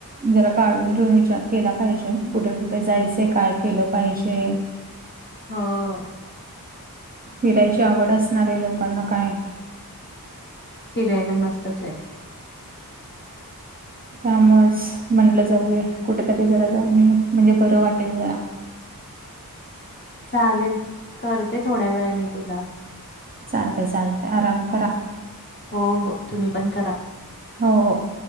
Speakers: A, on the right (about 25°); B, on the left (about 30°).
A: जरा काढून ठेऊन विचार केला पाहिजे. कुठे कुठे जायचे, काय केलं पाहिजे?
B: हां.
A: फिरायची आवड असणाऱ्या लोकांना काय
B: फिरायला मस्तच आहे.
A: त्यामुळंच, म्हणलं जाऊया, कुठेतरी जरा जाऊन येऊ, म्हणजे बरं वाटेल जरा.
B: चालेल, करते थोड्या वेळाने तुला.
A: चालतंय चालतंय आराम करा.
B: हो हो, तुम्ही पण करा.
A: हो हो.